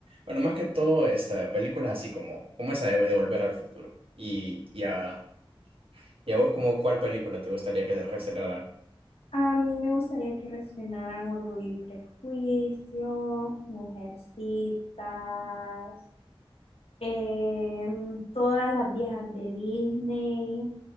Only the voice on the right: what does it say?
bueno, más que todo, esta película es así como, como esa de, de Volver al Futuro. Y, y, a, y a vos, como, ¿cuál película te gustaría que te reestrenaran?